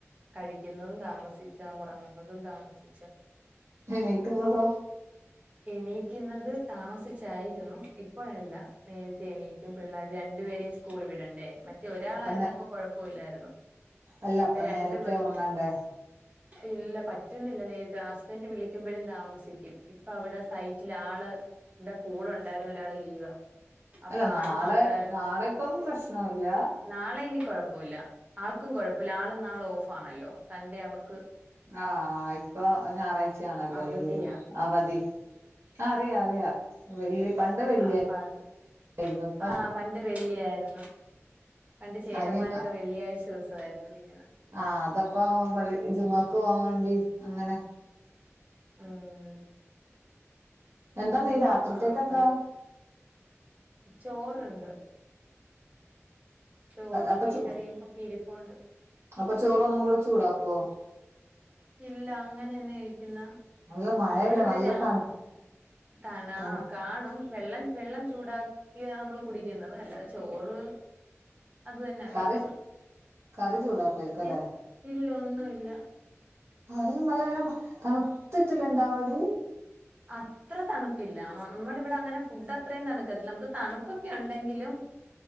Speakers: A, on the right; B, on the right.
A: കഴിക്കുന്നതും താമസിച്ചാ ഒറങ്ങുന്നതും താമസി
B: എണീക്കുന്നതോ
A: എണീക്കുന്നത് താമസിച്ചായിരുന്നു ഇപ്പോഴല്ല നേരത്തെ എണീ ക്കും പിള്ളേർ രണ്ടുപേരേം സ്കൂള് വിടണ്ടേ റ്റ് ഒരാളായിരുന്നപ്പോ
B: അപ്പൊ നേ
A: കൊഴപ്പവി ല്ലായിരുന്നു
B: അല്ല
A: ഇപ്പൊ
B: അപ്പൊ
A: രണ്ടു
B: നേരത്തെ
A: പേർക്കും
B: ഉറങ്ങണ്ടേ
A: ഇല്ല പറ്റുന്നില്ല നേരത്തെ ഹസ്ബൻഡ് വിളി യ്ക്കുമ്പോഴും താമസിക്കും ഇപ്പൊ അവിടെ സൈറ്റിൽ ആള് ടെ കൂടെ ഉണ്ടായിരുന്ന ഒരാള് ലീവാ അപ്പൊ
B: അല്ല നാളെ
A: ആള് മാത്രായോണ്ട്
B: നാളെ ഇപ്പം പ്രശ്നവില്ല
A: നാളെ ഇനി കുഴപ്പവില്ല ആൾക്കും കുഴപ്പവില്ല ആള് നാളെ ഓഫാണല്ലോ സൺഡേ അവർക്ക്
B: ആഹ് ഇപ്പൊ ഞായറാഴ്ചയാണല്ലോ
A: അവധിയാ
B: ലീവ് അവധി ആഹ് അറിയ അറിയ വെള്ളി പണ്ട് വെള്ളിയേ
A: അപ്പ അത്
B: ര്ന്നു ഇപ്പോ
A: ആ പണ്ട് വെള്ളിയായിരുന്നു പണ്ട് ചേട്ടന്മാരൊക്കെ
B: അനി
A: വെള്ളിയാഴ്ച ദിവസമായിരുന്നു വിളിക്കുന്നെ.
B: ആഹ് അതപ്പ പള്ളി ജുമഅക്ക് പോവാൻ വേണ്ടി അങ്ങനെ
A: ഉം
B: എന്താ നീ രാത്രിത്തേക്കെന്താ
A: ആ അപ്പ ചോറുണ്ട് ചോറും
B: അപ്പൊ
A: മീൻകറിയും
B: ചു
A: ഒക്കെ ഇരുപ്പുണ്ട്
B: അപ്പൊ ചോറൊന്നും കൂടെ ചൂടാക്കോ?
A: ഇല്ല അങ്ങനെന്നെ ക്കുന്നാ
B: നല്ല മഴയല്ലേ
A: നമ്മടിവിടെ
B: നല്ല
A: രാ
B: തണു
A: തണാഹ്
B: തണു
A: കാണും വെള്ളം വെള്ളം ചൂടാക്കിയാമ്മള് കുടിക്കുന്നെ അല്ലാതെ ചോറ് അത് തന്നാ കഴിക്കുന്ന്
B: കറി കറി ചൂടാക്കുവായിക്കല്ലേ
A: ഇ ഇല്ല ഒന്നും ഇല്ല
B: അതിനും നല്ല നേരം തണുത്തിട്ടില്ല ഇണ്ടാവാടി
A: അത്ര തണുപ്പില്ല നമ്മുടെ ഇവിടെ അങ്ങനെ ഫുഡ് അത്രയും തണുക്കത്തില്ല നമുക്ക് തണുപ്പ് ഉണ്ടെങ്കിലും